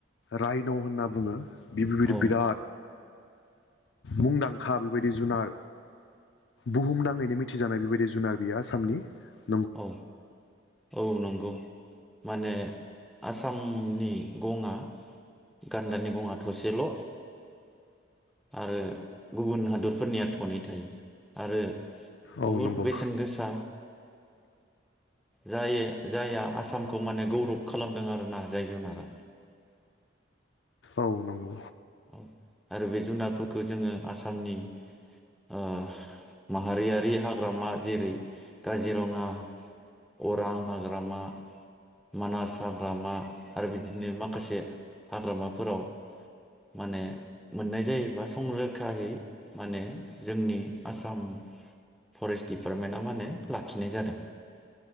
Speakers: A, on the left; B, in the centre.
A: रायन' होनना बुङो बिफोरबायदि
B: औ
A: बिराद मुंदांखा बेबायदि जुनार बुहुमनाङैनो मिथिजानाय बेबायदि जुनार बियो आसामनि ।
B: औ औ नंगौ । माने आसामनि गङा गान्दानि गङा थसेल' आरो गुबुन हादरफोरनिया थनै थायो आरो
A: औ
B: बहुद
A: नंगौ
B: बेसेन गोसा जायो जायहा आसामखौ माने गौरब खालामदों आरोना जाय जुनारा
A: औ नंगौ
B: औ आरो बे जुनारफोरखौ जोङो आसामनि ओ माहारियारि हाग्रामा जेरै काजिरङा अरां हाग्रामा मानास हाग्रामा आरो बिदिनो माखासे हाग्रामा फोराव माने मोननाय जायोबा संरोखायै माने जोंनि आसाम फरेस्ट दिडपार्टमेन्टा माने लाखिनाय जादों